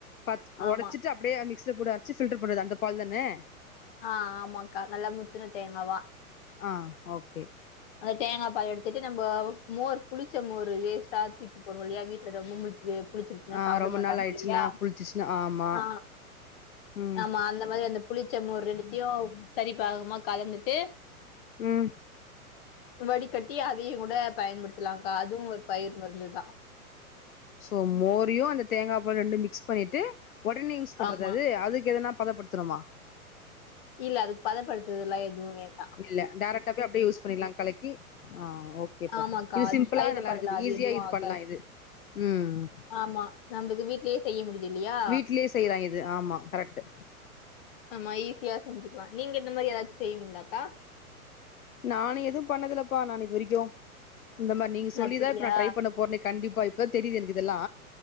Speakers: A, on the left; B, on the left.
A: பச்
B: ஆமா
A: ஒடச்சிட்டு அப்டியே மிக்ஸ்ல போடு அரச்சு ஃபில்டர் பண்றது அந்த பால் தானே
B: ஆ ஆமாங்க்கா நல்லா முத்துன தேங்காவா
A: ஆ ஓகே
B: அந்த தேங்கா பாய எடுத்துட்டு நம்ம மோர் புளிச்ச மோரு வேஸ்ட்டா தூக்கி போடுவோம் இல்லையா வீட்ல மும்முடிச்சது புளிச்சிருச்ன்னா
A: ஆ
B: சாப்ட
A: ரொம்ப
B: மாட்டாங்க
A: நாள் ஆயிடுச்சுன்னா
B: இல்லையா
A: புளிச்சிச்சுன்னா ஆமா
B: ஆ
A: ம்
B: ஆமா அந்த மாரி அந்த புளிச்ச மோர் ரெண்டுத்தியோம் சரி பாகமா கலந்துட்டு
A: ம்
B: வடிகட்டி அதையும் கூட பயன்படுத்தலாம் க்கா அதுவும் ஒரு பயிர் மருந்து தா
A: சோ மோரயும் அந்த தேங்கா பால் ரெண்டு மிக்ஸ் பண்ணிட்டு ஒடனே யூஸ் பண்றது
B: ஆமா
A: அது அதுக்கு எதனா பதப்படுத் தனமா
B: இல்ல அதுக்கு பதப்படுத்துறதுல்லா எதுவும் யாது
A: இல்ல டேரக்டாவே அப்டியே யூஸ் பண்ணிர்லா கலக்கி ஆ ஓகேப்பா
B: ஆமாக்கா
A: இது
B: அது
A: சிம் பிளா
B: கையில
A: நல்லாருக்குது
B: படல அது
A: ஈஸியா
B: எதுவும்
A: இது
B: ஆகாது
A: பண்லா இது ம்
B: ஆமா நம்ளுக்கு வீட்லே செய்ய முடிஞ்ச இல்லயா
A: வீட்லே செய்லா இது ஆமா கரெட்டு
B: ஆமா ஈஸியா செஞ்சுக்கலா நீங்க இந்த மாரி எதாச்சு செய்வீங்களாக்கா
A: நானு எதுவு பண்ணதில்லப்பா நானு இது வரைக்கு இந்த மாரி நீங்க சொல்லிதா
B: அப்படியா
A: இப்ப நா ட்ரை பண்ண போறனே கண்டிப்பா இப்பா தா தெரிது எனக்கு இதெல்லா